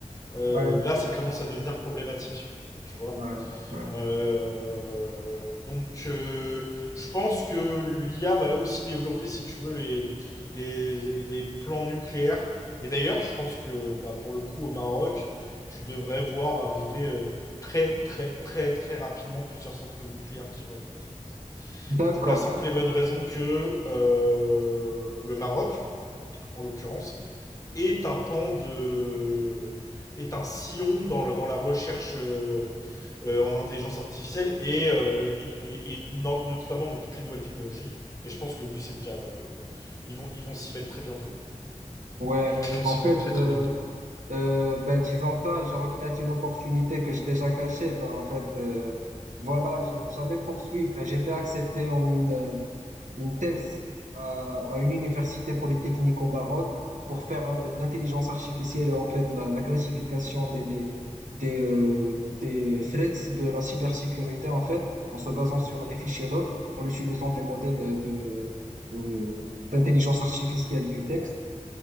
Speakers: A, on the left; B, on the right.
A: euh,
B: ouais,
A: là ça commence à devenir problématique. Tu vois
B: ouais, ouais.
A: Euh, Donc euh, je pense que l'IA va aussi développer, si tu veux, les, les, les plans nucléaires. Et d'ailleurs, je pense que bah, pour le coup au Maroc, tu devrais voir arriver euh, très très très très rapidement plusieurs centrales nucléaires qui vont être construites.
B: D'accord.
A: Pour la simple et bonne raison que euh, le Maroc, en l'occurrence, est un pan de. est un sillon dans, le- dans la recherche euh, euh, en intelligence artificielle et, euh, et- et no- notamment dans toutes les nouvelles technologies. Et je pense que oui, c'est le cas. là. Ils vont ils vont s'y mettre très bientôt. ouais.
B: Ouais,
A: Ils vont
B: en
A: s'y
B: fait,
A: mettre très
B: euh,
A: très bientôt.
B: Euh, ben, disons ça, je regrette une opportunité que j'ai déjà cachée. Ben, en fait, euh, voilà, je- j'allais poursuivre et j'étais accepté en une, euh, une thèse à, à une université polytechnique au Maroc pour faire euh, de l'intelligence artificielle et en fait la, la classification des, des, des, euh, des threats de la cybersécurité en fait, en se basant sur
A: Mhm.
B: les fichiers log, en utilisant des modèles de, euh, d'intelligence artificielle du texte.